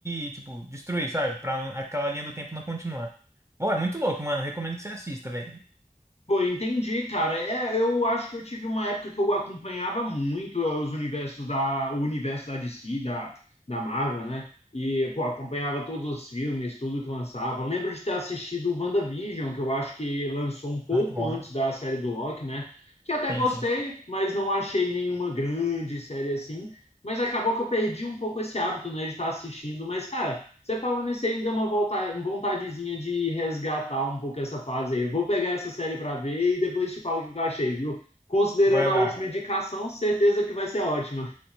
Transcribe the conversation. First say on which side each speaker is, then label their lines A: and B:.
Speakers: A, on the right; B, on the left.
A: e, tipo, destruir, sabe? Pra não- aquela linha do tempo não continuar. Pô, é muito louco, mano. Recomendo que você assista, velho.
B: Pô, entendi, cara. É, eu acho que eu tive uma época que eu acompanhava muito os universos da, o universo da DC, da, da Marvel, né? E, pô, acompanhava todos os filmes, tudo que lançava. Lembro de ter assistido o WandaVision, que eu acho que lançou um pouco
A: Muito bom.
B: antes da série do Loki, né? Que até
A: Sim,
B: gostei,
A: sim.
B: mas não achei nenhuma grande série assim. Mas acabou que eu perdi um pouco esse hábito, né, de estar assistindo. Mas, cara. Você falando isso aí me deu uma vontadezinha de resgatar um pouco essa fase aí. Eu vou pegar essa série para ver e depois te falo o que eu achei, viu? Considerando
A: Vai lá,
B: a última indicação, certeza que vai ser ótima.